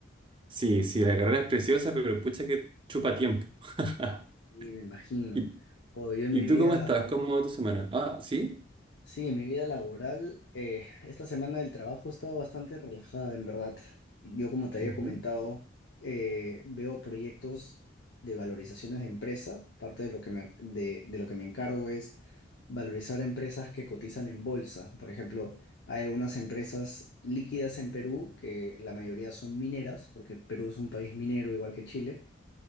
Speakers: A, on the right; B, on the left.
A: Sí, sí, la carrera es preciosa, pero pucha que chupa tiempo. <laughs>
B: Sí, me imagino.
A: ¿Y,
B: Oh, yo en
A: y
B: mi vida
A: tú cómo estás? ¿Cómo va tu semana? Ah, sí.
B: Sí, en mi vida laboral, eh, esta semana del trabajo he estado bastante relajada, en verdad. Yo, como te había
A: Ujú,
B: comentado, eh, veo proyectos de valorizaciones de empresa. Parte de lo que me, de, de lo que me encargo es valorizar a empresas que cotizan en bolsa. Por ejemplo, hay algunas empresas líquidas en Perú, que la mayoría son mineras, porque Perú es un país minero igual que Chile.